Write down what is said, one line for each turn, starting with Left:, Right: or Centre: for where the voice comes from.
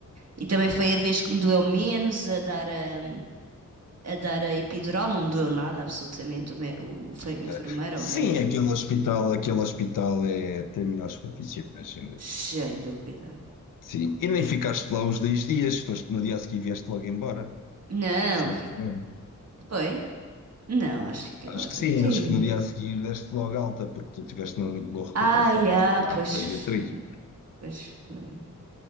Right: E também foi a vez que me doeu menos a dar a, a dar a epidural, não me doeu nada, absolutamente. O, mé- o fe-
Left: ok.
Right: enfermeiro
Left: Sim,
Right: ou o médico,
Left: aquele
Right: sei lá.
Left: hospital, aquele hospital é, tem melhores profissionais, sem dúvida.
Right: sem dúvida.
Left: Sim, e nem ficaste lá os 10 dias, foste no dia a seguir e vieste logo embora.
Right: Não,
Left: Se não
Right: fi-
Left: me engano.
Right: foi? Não, acho que fiquei
Left: Acho
Right: lá os
Left: que
Right: dois
Left: sim,
Right: dias.
Left: acho que no dia a seguir deste logo alta, porque tu tiveste uma muito boa recuperação
Right: Ai,
Left: desse
Right: ah,
Left: trabalho
Right: pois
Left: para a Beatriz.
Right: foi. Pois foi.